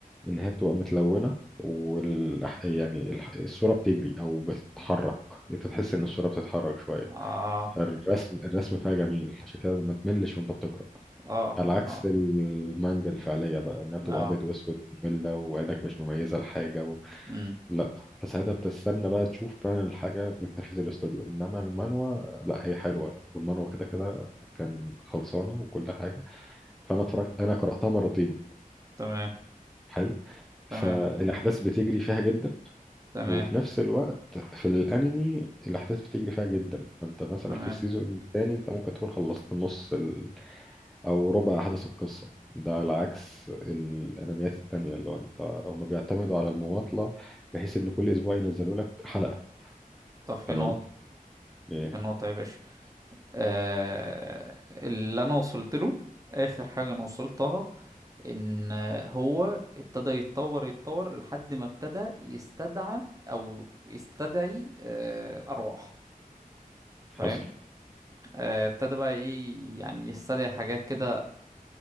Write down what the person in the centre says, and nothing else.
ان هي بتبقى متلونه وال يعني الح- الصوره بتجري او بتتحرك انت بتحس ان الصوره بتتحرك شويه
فالرسم الرسم فيها جميل عشان كده ما تملش وانت بتقرا
على عكس
المانجا الفعليه بقى انها بتبقى
ابيض واسود وممله وعينك مش مميزه لحاجه و...
لا فساعتها بتستنى بقى تشوف فعلا الحاجه من تنفيذ الاستوديو انما المانوا لا هي حلوه والمانوا كده كده كان خلصانه وكل حاجه فانا اتفرجت انا قراتها مرتين
حلو فالاحداث
بتجري فيها جدا
وفي نفس الوقت في الانمي الاحداث بتجري فيها جدا فانت مثلا
في السيزون الثاني انت ممكن تكون خلصت نص ال... او ربع احداث القصه ده على عكس الانميات التانية اللي هو انت هم بيعتمدوا على المماطله بحيث ان كل اسبوع ينزلوا لك حلقه
تمام
ايه
حصل